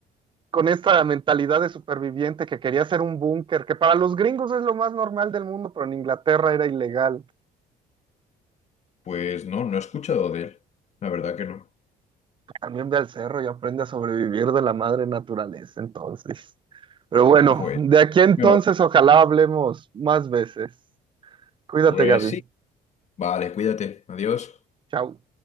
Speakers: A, on the right (about 30°); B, on the left (about 40°).
A: con esta mentalidad de superviviente que quería hacer un búnker, que para los gringos es lo más normal del mundo, pero en Inglaterra era ilegal.
B: Pues no, no he escuchado de él. La verdad que no.
A: También ve al cerro y aprende a sobrevivir de la madre naturaleza, entonces. Pero bueno,
B: Pues,
A: de aquí entonces
B: me va.
A: ojalá hablemos más veces. Cuídate,
B: Pues
A: Gaby.
B: sí. Vale, cuídate. Adiós.
A: Chao.